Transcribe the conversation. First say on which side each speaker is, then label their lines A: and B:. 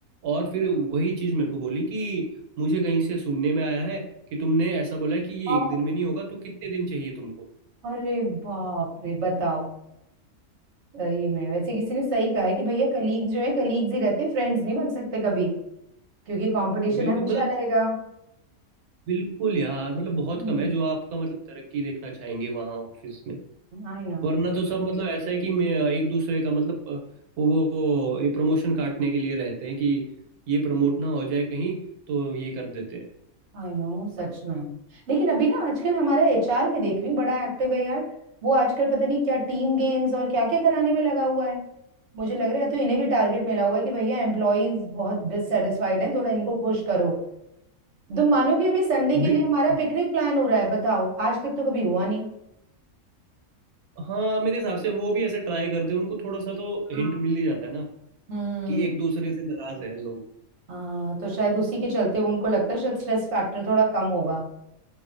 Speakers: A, on the right; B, on the right.
A: और फिर वही चीज़ मेरे को बोली कि मुझे कहीं से सुनने में आया है कि तुमने ऐसा बोला है कि ये
B: हाँ
A: एक दिन में नहीं होगा तो कितने दिन चाहिए तुमको
B: अरे बाप रे बताओ सही में वैसे किसी ने सही कहा है कि भैया कलीग जो है कलीग्स ही रहते हैं फ्रेंड्स नहीं बन सकते कभी क्योंकि कंपटीशन
A: बिल्कुल
B: हमेशा
A: मतलब
B: रहेगा
A: बिल्कुल यार मतलब बहुत
B: Hmm
A: कम है जो आपका मतलब तरक्की देखना चाहेंगे वहाँ ऑफिस में
B: I know
A: वरना तो सब मतलब ऐसा है कि मैं एक दूसरे का मतलब अ, वो वो ये प्रमोशन काटने के लिए रहते हैं कि ये प्रमोट ना हो जाए कहीं तो ये कर देते हैं
B: I know सच में लेकिन अभी ना आजकल हमारा एचआर में देख रही हूँ बड़ा एक्टिव है यार वो आजकल पता नहीं क्या टीम गेम्स और क्या क्या कराने में लगा हुआ है मुझे लग रहा है तो इन्हें भी टारगेट मिला हुआ है कि भैया एम्प्लॉयज बहुत डिससेटिस्फाइड हैं थोड़ा इनको खुश करो तुम मानोगे अभी संडे के
A: बिल्कुल।
B: लिए हमारा पिकनिक प्लान हो रहा है बताओ आज तक तो कभी हुआ नहीं
A: हाँ मेरे हिसाब से वो भी ऐसे ट्राई करते हैं उनको थोड़ा सा तो
B: हाँ
A: हिंट मिल ही जाता है ना
B: हम्म
A: कि एक दूसरे से नाराज है लोग
B: हाँ तो शायद उसी के चलते उनको लगता है शायद स्ट्रेस फैक्टर थोड़ा कम होगा